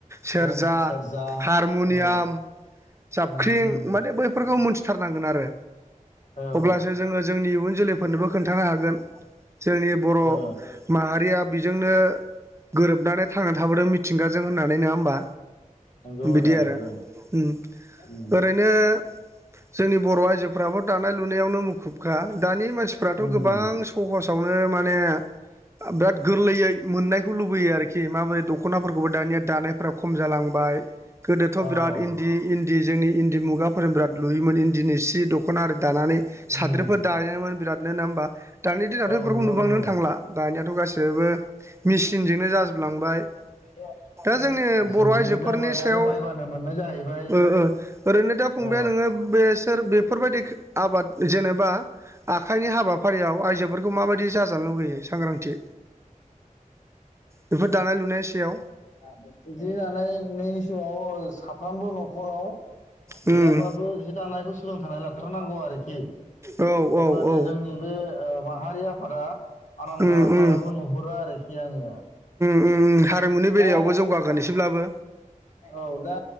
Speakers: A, on the left (about 60°); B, on the right (about 20°).
A: सिफुं
B: सेरजा
A: सेरजा
B: हारमुनियाम
A: औ
B: जाबख्रिं
A: उम उम
B: माने बैफोरखौ मोन्थि थारनांगोन आरो
A: औ
B: अब्लासो जोङो जोंनि इयुन जोलैफोरनोबो खोन्थानो हागोन जोंनि बर'
A: ओ
B: माहारिया बेजोंनो गोरोबनानै थांनानै थाबोदों मिथिंगाजों होननानै नङा होमबा
A: नंगौ
B: बिदि
A: आदा नंगौ
B: आरो उम
A: उम
B: ओरैनो जोंनि बर' आइजोफ्राबो दानाय लुनायावनो मुखुबखा दानि मानसिफ्राथ'
A: उम
B: गोबां सहसाव, नो माने, बिराद गोरलैयै मोननायखौ लुबैयो आरोखि माबोरै दख'नाफोरखौबो दानिया, दानायफोरा खम जालांबाय गोदोथ'
A: औ
B: बिराद इन्दि इन्दि जोंनि इन इन्दि मुगाफोर बिराद लुयोमोन इन्दिनि सि दख'नारि दानानै
A: उम
B: साद्रिफोर दायोमोन बिराद नो नो होमबा दानि दिनावथ'
A: औ
B: बेफोरखौ
A: नंगौ
B: नुबांनोनो
A: नंगौ
B: थांला दानियाथ' गासिबो मेसिनजोंनो जाजोबलांबाय,
A: <unintelligible>
B: दा जोंनि
A: मेसेंजोंनो
B: बर' आइजोफोरनि
A: जाबाय
B: सायाव
A: आरो बायबानो मोननाय जाहैबाय
B: ओ ओ ओरैनो दा फंबाइया
A: औ
B: नोङो, बेसोर बेफोरबायदि आबाद जेनेबा आखाइनि हाबाफारियाव आइजो, फोरखौ माबायदि जाजानो लुुबैयो सांग्रांथि, बेफोर दानाय लुनाय सायाव,
A: <unintelligible> साफ्रोमबो न'खराव
B: उम
A: गैयाबाबो, जि दानायखौ सोलोंथाइ लाथारनांगौ आरोखि
B: औ
A: होनबानो
B: औ
A: जोंनि बे ओ माहारिया फोरा आराम
B: उम
A: थांनानै
B: उम
A: थानायखौ नुहुरो आरोखि आङो।
B: उम उम हारिमुनि बेलायावबो
A: दा
B: जौगागोन एसेब्लाबो,
A: औ दा